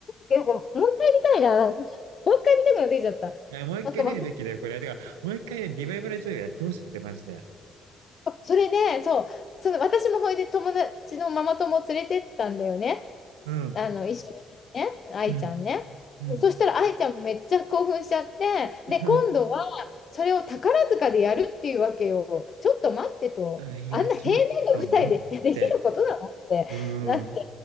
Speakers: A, on the left; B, on the right.
A: なんかもう一回見たいな、なんか。もう一回見たくなってきちゃった。
B: いや、もう一回見るべきだよ、
A: なんかまあ、
B: これ。てか、もう一回ね、リバイバル上映やってほしくて、マジで。
A: それで、そう、その私もほいで友達のママ友を連れてったんだよね。すあの、
B: うん。
A: 一緒に見にね、愛ちゃんね。
B: うん。うん。
A: そしたら愛ちゃんもめっちゃ興奮しちゃって、
B: <laughs>
A: で、今度はそれを宝塚でやるっていうわけよ。ちょっと待ってと、
B: あいや、
A: あんな平面の舞台で
B: ちょっと待って。
A: <laughs> できることなのってなって、
B: うん。